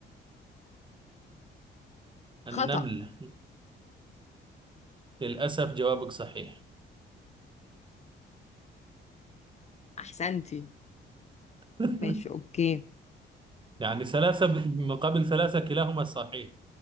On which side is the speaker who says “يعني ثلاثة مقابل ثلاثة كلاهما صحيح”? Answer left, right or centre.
Right